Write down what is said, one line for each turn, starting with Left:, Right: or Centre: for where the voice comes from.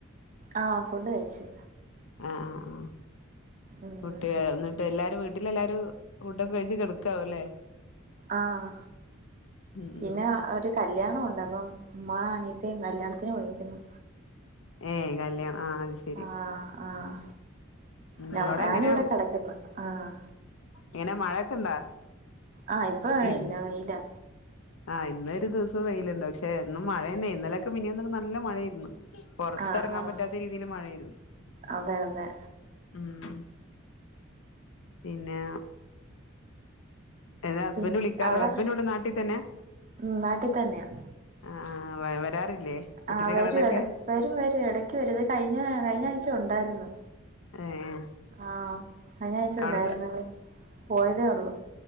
Right: ആഹ് ഫുഡ് കയിച്ച്
Left: ആഹ് ആഹ് ആഹ്
Right: ഉം
Left: കുട്ടിയായോന്ന് എല്ലാരും വീട്ടിലെല്ലാരും ഫുഡോക്കെ കയിച്ചു കെടുക്കാവുംല്ലേ?
Right: ആഹ്
Left: ഉം
Right: പിന്നെ
Left: ഉം
Right: ഒരു കല്യാണമുണ്ട് അപ്പം ഉമ്മാ അനി ത്തീം കല്യാണത്തിന് പോയേക്കുന്നു
Left: ഏയഹ് കല്യാണം ആഹ് അത് ശ
Right: ആഹ് ആഹ്
Left: ഉം
Right: ഞാ
Left: ഇവിടെ
Right: ഞാനിവിടെ
Left: എങ്ങനെ
Right: കെടക്കുന്ന് ആഹ്
Left: എങ്ങനെ മഴൊക്കെണ്ടാ?
Right: ആഹ് ഇപ്പ മഴല്ല്യ.
Left: ഇൻ
Right: വെയിലാ
Left: ആഹ് ഇന്ന ഒരു ദിവസം വെയിലുണ്ട്. പക്ഷേ എന്നും മഴന്നെ ഇന്നലൊക്കെ മിഞ്ഞാന്നൊക്കെ നല്ല മഴേരുന്നു. പൊറത്തെറങ്ങാൻ
Right: ആഹ് ആഹ്
Left: പറ്റാത്ത രീതില് മഴേർന്നു.
Right: അതെ അതെ
Left: ഉം. പിന്നേ പിന്നേ ഹസ്ബൻഡറ്
Right: പിന്നെ
Left: വിളിക്കാറോ?
Right: അവിടെ
Left: ഹസ്ബൻഡ് ഇവിടെ നാട്ടിതന്നേ?
Right: ഉം നാട്ടിൽ തന്നെയാ
Left: ആഹ് ആഹ് വരാറില്ലേ? കുട്ടിനെ
Right: ആഹ് വരും
Left: കാണാനൊക്കെ
Right: എട വരും വരും എടയ്ക്ക് വരും. ദാ കഴിഞ്ഞ കഴിഞ്ഞാഴ്ച ഒണ്ടായിരുന്നു.
Left: ആഹ് ഏഹ്
Right: ആഹ് കഴിഞ്ഞാഴ്ച ഉണ്ടായിരുന്ന്
Left: അവിടെ
Right: <unintelligible> പോയതേ ഉള്ളു.